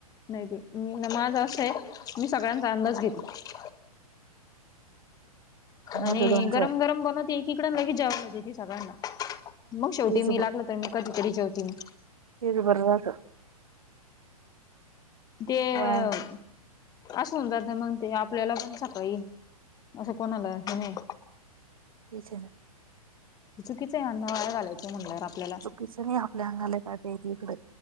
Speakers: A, on the left; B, on the right.
A: नाही मी माझ अस आहे मी सगळ्यांचा अंदाज घेते. आणि
B: माझं दोन
A: गरम
B: चार
A: गरम बनवते एकीकडे आणि लगेच जेवायला देते सगळ्यांना. मग शेवटी
B: तेच
A: मी लागल. त्यांनी कधीतरी जेवतील.
B: तेच बर राहतं.
A: ते
B: वाया
A: असं होऊन जात मग, ते आपल्याला पण सकाळी असं कोणाला हे नाही
B: तेच आहे ना
A: चुकीचंय अन्न वाया घालायचं म्हणल्यावर आपल्याला
B: कस नाही, आपल्या अंगाला काट <inaudible> य इकडे